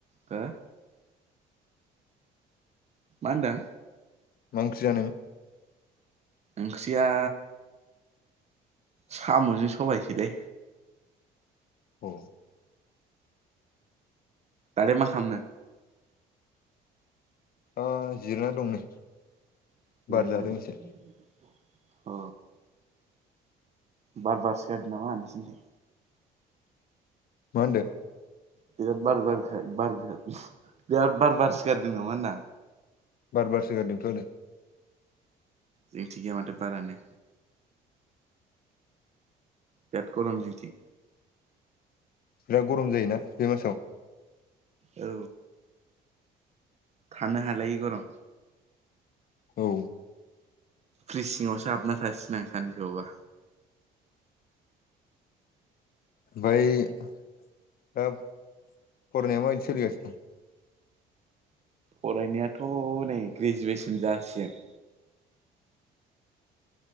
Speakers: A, on the right; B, on the left.
A: हो मा होनदों
B: मा ओंख्रि जानाय मोन
A: ओंख्रिया साम'जों सबाइ सोलै
B: अ
A: दालाइ माखालामदों
B: ओ जिरायना दं नै।
A: <unintelligible>
B: बार जादों एसे
A: अ बार बारसो गारदों नामा नोंसिनिथिं?
B: मा होनदो?
A: बिराद बार-बार-बार बिराद बार बारसो गारदों नामा होन्दां?
B: बार बारसोगारदोंथ' आरो।
A: जोंथिजाय माथो बारानो। बिराद गरम जोंथिं
B: बिराद गरम जायोना बे मासाव।
A: औ। थानो हालायि गरम।
B: औ
A: फ्रिस सिङावसो हाबना थानोसै आं सानैसो बावबा।
B: ओमफ्राय दा फरायनाया माबायदि सोलिगासिनो दं?
A: फरायनायाथ' नै ग्रेजुवेसन जासिगोन।